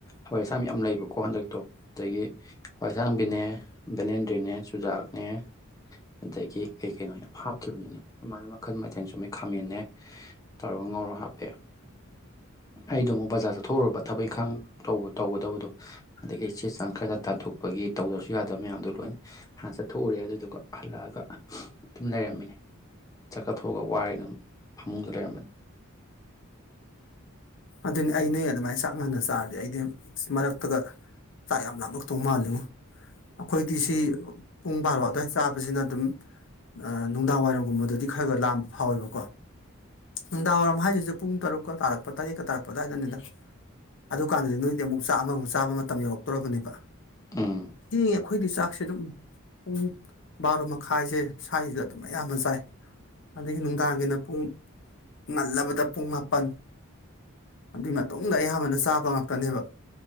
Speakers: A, on the left (about 15°); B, on the left (about 60°).
A: ꯍꯋꯥꯏ ꯑꯁꯥꯡꯕꯤ ꯌꯥꯝ ꯂꯩꯕꯀꯣ ꯍꯟꯗꯛꯇꯣ ꯑꯗꯒꯤ ꯍꯋꯥꯏꯁꯥꯡꯕꯤꯅꯦ ꯕꯦꯂꯦꯟꯗ꯭ꯔꯤꯅꯦ ꯆꯨꯖꯥꯛꯅꯦ ꯑꯗꯒꯤ ꯀꯩ ꯀꯩꯅꯣ ꯌꯥꯝ ꯍꯥꯞꯈꯤꯕꯅꯤꯅꯦ ꯑꯗꯨ ꯃꯥꯏꯅ ꯃꯈꯟ ꯃꯊꯦꯜ ꯁꯨꯃꯩ ꯈꯥꯃꯦꯟꯅꯦ ꯇꯧꯔꯒ ꯉꯧꯔꯒ ꯍꯥꯞꯄꯦ ꯑꯩꯗ‌ꯣ ꯑꯃꯨꯛ ꯕꯖꯥꯔ ꯆꯠ ꯊꯣꯛꯎꯨꯔꯕ ꯊꯕꯛ ꯏꯪꯈꯥꯡ ꯇꯧꯕ ꯇꯧꯒꯗꯕꯗꯣ ꯑꯗꯒꯤ ꯆꯦ ꯆꯥꯡ ꯈꯔꯒ ꯇꯥꯟꯊꯣꯛꯄꯒꯤ ꯇꯧꯗ꯭ꯔꯁꯨ ꯌꯥꯗꯕ ꯃꯌꯥꯝꯗꯣ ꯂꯣꯏꯅ ꯍꯥꯟꯅ ꯆꯠꯊꯣꯛꯎꯔꯦ ꯑꯗꯨꯗꯨꯒ ꯍꯜꯂꯛꯑꯒ ꯑꯗꯨꯝ ꯂꯩꯔꯝꯃꯤꯅꯦ ꯆꯥꯛ ꯆꯥꯊꯣꯛꯑꯒ ꯋꯥꯔ‌ꯦꯅ ꯐꯃꯨꯡꯗ ꯂꯩꯔꯝ
B: ꯑꯗꯨꯅꯤ ꯑꯩ ꯅꯣꯏ ꯑꯗꯨꯃꯥꯏꯅ ꯆꯥꯛ ꯉꯟꯅ ꯆꯥꯔꯗꯤ ꯑꯩꯗꯤ ꯃꯔꯛꯇꯒ ꯆꯥꯛ ꯌꯥꯝ ꯂꯥꯞꯃꯛꯇꯧ ꯃꯥꯜꯂꯤꯉꯣ ꯑꯩꯈꯣꯏꯗꯤ ꯁꯤ ꯄꯨꯡ ꯕꯥꯔꯣ ꯑꯗꯨꯋꯥꯏ ꯆꯥꯕꯁꯤꯅ ꯑꯗꯨꯝ ꯑꯥ ꯅꯨꯡꯗꯥꯡ ꯋꯥꯏꯔꯝꯒꯨꯝꯕꯗꯗꯤ ꯈꯔ ꯈꯔ ꯂꯥꯝꯕ ꯐꯥꯎꯋꯦꯕꯀꯣ ꯫ ꯅꯨꯡꯗꯥꯡꯋꯥꯏꯔꯝ ꯍꯥꯏꯁꯤꯁꯨ ꯄꯨꯡ ꯇꯔꯨꯛꯀ ꯇꯥꯔꯛꯄ ꯇꯔꯦꯠꯀ ꯇꯥꯔꯛꯄ ꯑꯗꯨꯋꯥꯏꯗꯅꯤꯗ ꯑꯗꯨꯀꯥꯟꯗꯗꯤ ꯅꯣꯏꯗꯤ ꯑꯃꯨꯛ ꯆꯥꯛ ꯑꯃꯃꯨꯛ ꯆꯥꯕ ꯃꯇꯝ ꯌꯧꯔꯛꯇꯣꯔꯕꯅꯦꯕ
A: ꯎꯝ
B: ꯊꯦꯡꯉꯦ ꯑꯩꯈꯣꯏꯗꯤ ꯆꯥꯛꯁꯦ ꯑꯗꯨꯝ ꯄꯨꯡ ꯕꯥꯔꯣ ꯃꯈꯥꯏꯁꯦ ꯁꯋꯥꯏꯁꯤꯗ ꯑꯗꯨꯝ ꯑꯌꯥꯝꯕꯅ ꯆꯥꯏ ꯑꯗꯒꯤ ꯅꯨꯡꯗꯥꯡꯒꯤꯅ ꯄꯨꯡ ꯉꯜꯂꯕꯗ ꯄꯨꯡ ꯃꯥꯄꯟ ꯑꯗꯨꯏ ꯃꯇꯨꯡꯗ ꯑꯌꯥꯝꯕꯅ ꯆꯥꯕ ꯉꯥꯛꯇꯅꯦꯕ